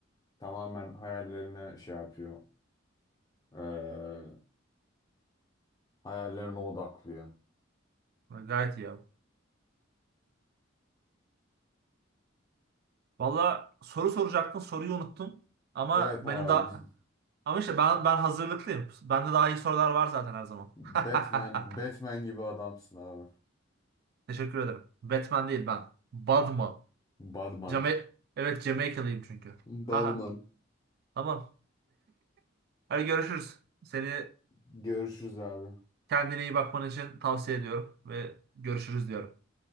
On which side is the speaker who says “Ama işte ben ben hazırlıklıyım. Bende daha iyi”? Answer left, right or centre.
Right